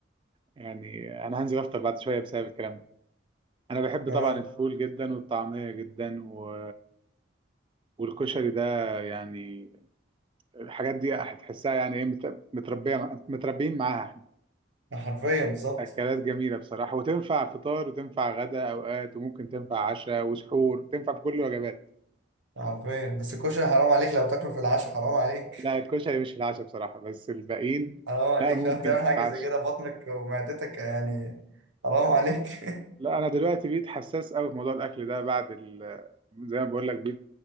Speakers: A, on the right (about 25°); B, on the right (about 75°).
A: يعني انا هنزل افطر بعد شويه بسبب الكلام ده انا بحب
B: اه
A: طبعا الفول جدا والطعميه جدا و... والكشري ده يعني الحاجات دي هتحسها يعني ايه مت- متربيه متربيين معاها
B: حرفيا بالظبط
A: اكلات جميله بصراحه وتنفع فطار وتنفع غدا اوقات وممكن تنفع عشاء وسحور تنفع في كل الوجبات
B: عارفين بس الكشري حرام عليك لو تاكله في العشاء حرام عليك
A: لا الكشري
B: <laughs>
A: مش في العشاء بصراحه بس الباقيين
B: حرام عليك
A: لا ممكن
B: لو تعمل حاجة
A: تتعشى
B: زي كده بطنك ومعدتك يعني حرام عليك <laughs>
A: لا انا دلوقتي بقيت حساس قوي في موضوع الاكل ده بعد ال... زي ما بقول لك بقيت